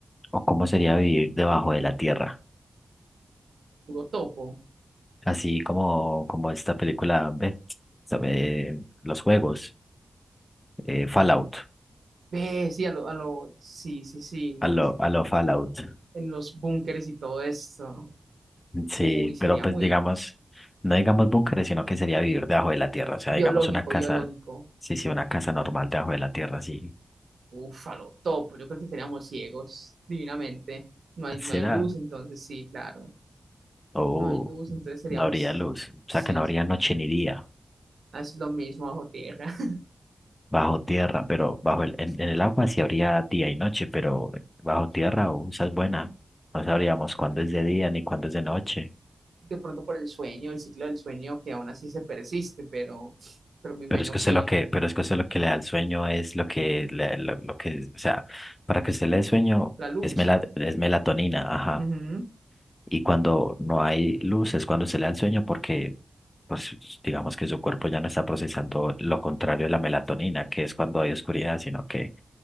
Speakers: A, on the left; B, on the right.
A: ¿O cómo sería vivir debajo de la tierra?
B: puro topo.
A: Así como, como esta película, ve, sabe, los juegos, eh, Fallout,
B: Ve, sí, a lo, a lo, sí, sí, sí, no,
A: a lo, a lo Fallout.
B: en los búnkeres y todo esto.
A: Sí,
B: Uy, sería
A: pero pues
B: muy,
A: digamos, no digamos búnkeres, sino que sería vivir debajo de la tierra, o sea,
B: Biológico,
A: digamos una casa,
B: biológico.
A: sí, sí, una casa normal debajo de la tierra, sí.
B: Uf, a lo topo. Yo creo que seríamos ciegos, divinamente. No hay, no
A: Será,
B: hay luz, entonces sí, claro.
A: oh,
B: No hay luz, entonces seríamos,
A: no habría luz, o
B: sí,
A: sea, que no habría noche ni día
B: ah, es lo mismo bajo tierra. <laughs>
A: bajo tierra, pero bajo el, en, en el agua sí habría día y noche, pero bajo tierra, oh, esa es buena, no sabríamos cuándo es de día ni cuándo es de noche.
B: De pronto por el sueño, el ciclo del sueño que aún así se persiste, pero, pero me imagino
A: Pero es que usted
B: que
A: lo que, pero es que usted lo que le da el sueño es lo que, le- lo, lo que, o sea, para que usted le dé sueño
B: la luz.
A: es, mela- es melatonina, ajá.
B: Ujú.
A: Y cuando no hay luz es cuando se le da el sueño porque, pues, digamos que su cuerpo ya no está procesando lo contrario de la melatonina, que es cuando hay oscuridad, sino que,